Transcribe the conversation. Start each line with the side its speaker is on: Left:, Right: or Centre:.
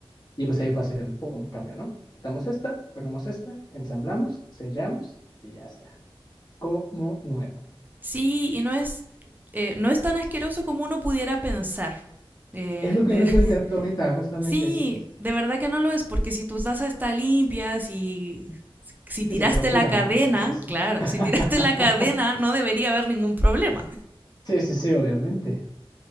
Left: Y pues ahí fue hacer el pum, cambio, ¿no? Quitamos esta, ponemos esta, ensamblamos, sellamos y ya está. Como nuevo.
Right: Sí, y no es, eh, no es tan asqueroso como uno pudiera pensar. Eh,
Left: Es lo
Right: de-
Left: que me vengo
Right: <laughs>
Left: enterando ahorita, justamente,
Right: sí,
Left: sí, sí,
Right: de verdad que no lo es, porque si tu taza está limpia, si, si
Left: Sí,
Right: tiraste
Left: se procura,
Right: la cadena,
Left: ¿no? Sí, sí, sí.
Right: claro,
Left: <laughs>
Right: si tiraste la cadena no debería haber ningún problema.
Left: Sí, sí, sí, obviamente.